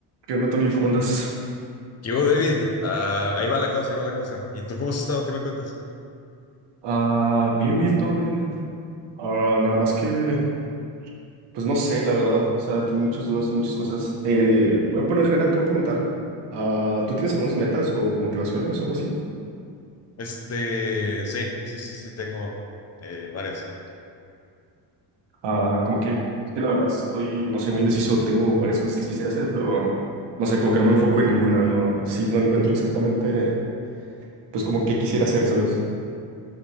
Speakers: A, on the right; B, on the left.
A: ¿Qué onda, Tony? ¿Cómo andas?
B: ¿Qué hubo, David? Ah, ahí va la cosa, ahí va la cosa. ¿Y tú cómo has estado? ¿Qué me cuentas?
A: Ah, bien, bien, todo bien. Ah, nada más que, pues no sé, la verdad. O sea, tengo muchas dudas y muchas cosas. Eh, bueno, en general te voy a preguntar, ah, ¿tú tienes algunas metas o motivaciones o algo así?
B: Este, sí, sí, sí, sí, tengo eh, varias.
A: Ah, ¿cómo qué? Es que la verdad estoy, no sé, muy indeciso. Tengo varias cosas que quisiera hacer, pero no sé, como que no me enfoco en ninguna, no. Sí, no encuentro exactamente, pues como qué quisiera hacer, ¿sabes?